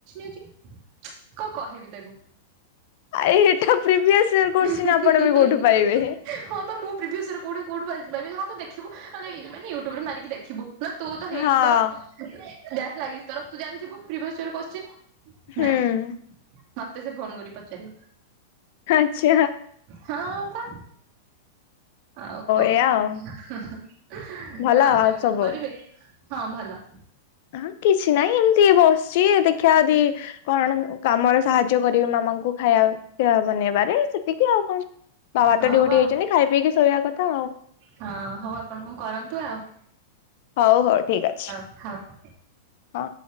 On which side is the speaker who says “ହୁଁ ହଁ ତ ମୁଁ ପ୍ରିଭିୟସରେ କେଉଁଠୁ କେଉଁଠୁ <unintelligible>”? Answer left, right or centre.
Right